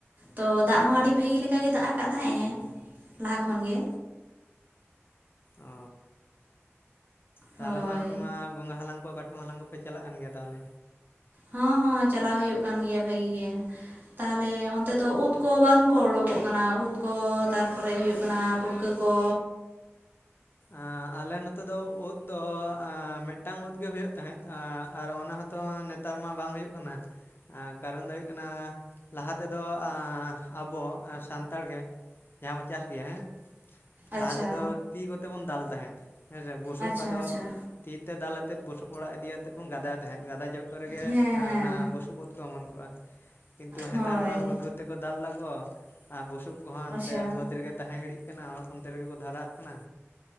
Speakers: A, on the right; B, on the left.
A: ᱛᱚ ᱫᱟᱜ ᱦᱚᱸ
B: ᱚ
A: ᱟᱹᱰᱤ ᱵᱷᱟᱹᱜᱤ ᱞᱮᱠᱟ ᱜᱮ ᱫᱟᱜ ᱟᱠᱟᱜ ᱛᱟᱦᱮᱸᱜ ᱮ ᱞᱟᱦᱟ ᱠᱷᱚᱱ ᱜᱮ᱾
B: ᱚᱻ, ᱛᱟᱦᱮᱞᱮ
A: ᱦᱳᱭ
B: ᱢᱟ ᱟᱯᱮ ᱢᱟᱼᱼ ᱜᱚᱝᱜᱷᱟ ᱦᱟᱞᱟᱝ ᱠᱚ ᱠᱟᱴᱠᱚᱢ ᱦᱟᱞᱟᱝ ᱠᱚᱯᱮ ᱪᱟᱞᱟᱜ ᱠᱟᱱ ᱜᱮᱭᱟ ᱛᱟᱦᱚᱞᱮ?
A: ᱦᱚᱸ ᱦᱚᱸ ᱪᱟᱞᱟᱣ ᱦᱩᱭᱩᱜ ᱠᱟᱱ ᱜᱮᱭᱟ ᱵᱷᱟᱹᱜᱤ ᱜᱮ᱾ ᱛᱟᱦᱮᱞᱮ ᱚᱱᱛᱮ ᱫᱚ ᱩᱫ ᱠᱚ ᱵᱟᱝᱠᱚ ᱚᱰᱳᱠᱚᱜ ᱠᱟᱱᱟ, ᱩᱫ ᱠᱚ ᱛᱟᱨᱯᱚᱨᱮ ᱦᱩᱭᱩᱜ ᱠᱟᱱᱟ ᱯᱩᱴ- ᱠᱟᱹ ᱠᱚ?
B: ᱟᱸ ᱟᱞᱮ ᱱᱚᱛᱮ ᱫᱚ ᱩᱫ ᱫᱚ ᱟᱸ ᱢᱤᱫᱴᱟᱝ ᱩᱫ ᱜᱮ ᱦᱩᱭᱩᱜ ᱛᱟᱦᱮᱸᱫ ᱟᱨ ᱚᱱᱟ ᱦᱛᱚ ᱱᱮᱛ- ᱛᱟᱨ ᱢᱟ ᱵᱟᱝ ᱦᱩᱭᱩᱜ ᱠᱟᱱᱟ᱾ ᱟᱸᱻ ᱠᱟᱨᱚᱱ ᱫᱚ ᱦᱩᱭᱩᱜ ᱠᱟᱱᱟ ᱞᱟᱦᱟ ᱛᱮᱫᱚ ᱟᱸᱻᱟᱵᱚ ᱥᱟᱱᱛᱟᱲ ᱜᱮ ᱡᱟᱦᱟᱸ ᱵᱚᱱ ᱪᱟᱥ ᱜᱮᱭᱟ ᱦᱮᱸ,
A: ᱟᱪᱪᱷᱟ
B: ᱞᱟᱦᱟ ᱛᱮᱫᱚ ᱛᱤ ᱠᱚᱛᱮ ᱵᱚᱱ ᱫᱟᱞ ᱛᱟᱦᱮᱸᱫ ᱦᱮᱸᱥᱮ, ᱵᱩᱥᱩᱵ
A: ᱟᱪᱪᱷᱟ
B: ᱟᱫᱚ-
A: ᱟᱪᱪᱷᱟ
B: ᱛᱤ ᱛᱮ ᱫᱟᱞ ᱟᱛᱮᱫ ᱵᱩᱥᱩᱵ ᱚᱲᱟᱜ ᱤᱫᱤᱭᱟᱛᱮᱫ ᱵᱚᱱ ᱜᱟᱫᱟᱭ ᱛᱟᱦᱮᱸᱫ, ᱜᱟᱫᱟᱭ ᱪᱚᱴ ᱠᱚᱨᱮ ᱜᱮ
A: ᱦᱮᱸ ᱦᱮᱸ
B: ᱚᱱᱟ ᱵᱩᱥᱩᱯ ᱩᱫ ᱩᱫ ᱠᱚ ᱚᱢᱚᱱ ᱠᱚᱜᱼᱟ, ᱠᱤᱱᱛᱩ
A: ᱦᱳᱭ
B: ᱦᱮᱸᱛᱟᱨ ᱢᱟ ᱦᱩᱫ ᱦᱩᱫ ᱛᱮᱠᱚ ᱫᱟᱞ ᱮᱫᱟ ᱠᱚ ᱟᱨ ᱵᱩᱥᱩᱵ ᱠᱚᱦᱚᱸ ᱚᱱᱛᱮ
A: ᱟᱪᱪᱷᱟ
B: ᱵᱟᱹᱫᱽ ᱨᱮᱜᱮ ᱛᱟᱦᱮᱸ ᱜᱤᱲᱤᱜ ᱠᱟᱱᱟ, ᱚᱱᱛᱮ ᱨᱮᱜᱮ ᱠᱚ ᱫᱷᱚᱨᱟᱣᱟᱜ ᱠᱟᱱᱟ,